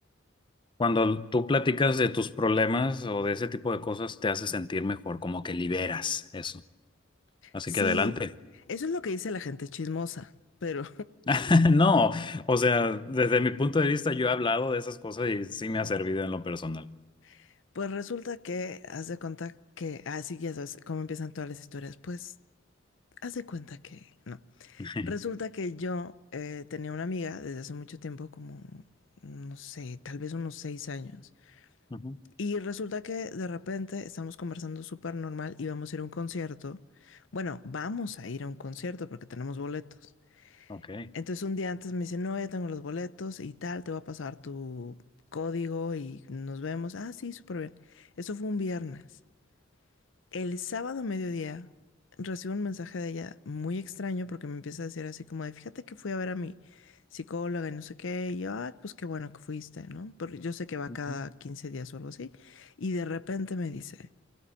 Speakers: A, on the left; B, on the left.
A: Cuando tú platicas de tus problemas o de ese tipo de cosas, te hace sentir mejor, como que liberas eso. Así
B: Sí,
A: que adelante.
B: eso es lo que dice la gente chismosa, pero
A: <laughs> No, o sea, desde mi punto de vista, yo he hablado de esas cosas y sí me ha servido en lo personal.
B: <laughs> pues resulta que haz de cuenta que, así ya sabes cómo empiezan todas las historias, pues haz de cuenta que no.
A: <laughs>
B: Resulta que yo eh, tenía una amiga desde hace mucho tiempo, como, no sé, tal vez unos seis años.
A: Ujú,
B: Y resulta que de repente estamos conversando súper normal y vamos a ir a un concierto. Bueno, vamos a ir a un concierto porque tenemos boletos.
A: Ok.
B: Entonces un día antes me dice, no, ya tengo los boletos y tal, te voy a pasar tu código y nos vemos. Ah, sí, súper bien. Eso fue un viernes. El sábado a mediodía recibo un mensaje de ella muy extraño porque me empieza a decir así como de, fíjate que fui a ver a mi psicóloga y no sé qué, y yo, "Ah, pues qué bueno que fuiste, ¿no? Porque yo sé que va
A: ujú,
B: cada 15 días o algo así, y de repente me dice